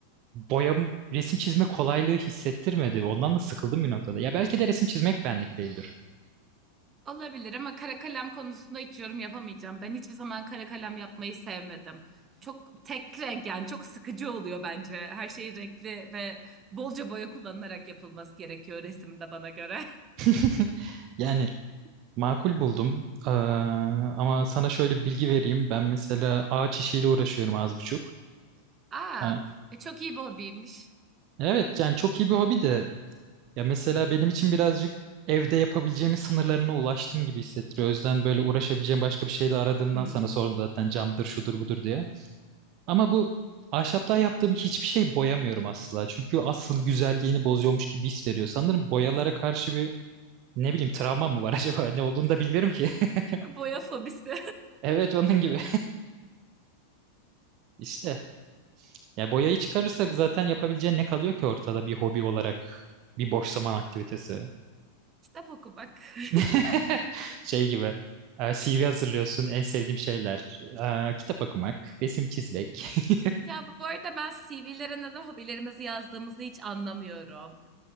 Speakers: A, on the right; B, on the right.
A: boya resim çizme kolaylığı hissettirmedi. Ondan da sıkıldım bir noktada. Ya belki de resim çizmek benlik değildir.
B: Olabilir ama kara kalem konusunda hiç yorum yapamayacağım. Ben hiçbir zaman kara kalem yapmayı sevmedim. Çok tek renk yani çok sıkıcı oluyor bence. Her şey renkli ve bolca boya kullanılarak yapılması gerekiyor resimde bana göre.
A: <laughs> Yani makul buldum. Ee, ama sana şöyle bir bilgi vereyim. Ben mesela ağaç işiyle uğraşıyorum az buçuk.
B: Aa,
A: Ha,
B: e, çok iyi bir hobiymiş.
A: Evet yani çok iyi bir hobi de Ya mesela benim için birazcık evde yapabileceğimin sınırlarına ulaştım gibi hissettiriyor. O yüzden böyle uğraşabileceğim başka bir şey de aradığımdan
B: Hmm.
A: sana sordum zaten camdır şudur budur diye. Ama bu ahşaptan yaptığım hiçbir şey boyamıyorum asla. Çünkü asıl güzelliğini bozuyormuş gibi his veriyor. Sanırım boyalara karşı bir ne bileyim travma mı var <laughs> acaba? Ne olduğunu da bilmiyorum ki. <laughs>
B: <laughs> Boya fobisi.
A: Evet onun gibi. <laughs> İşte. Ya boyayı çıkarırsak zaten yapabileceğin ne kalıyor ki ortada bir hobi olarak? Bir boş zaman aktivitesi.
B: <laughs> Kitap okumak. <laughs>
A: <laughs> Şey gibi. e, CV hazırlıyorsun. En sevdiğim şeyler. e, Kitap okumak, resim çizmek. <laughs>
B: Ya bu arada ben CV'lere neden hobilerimizi yazdığımızı hiç anlamıyorum.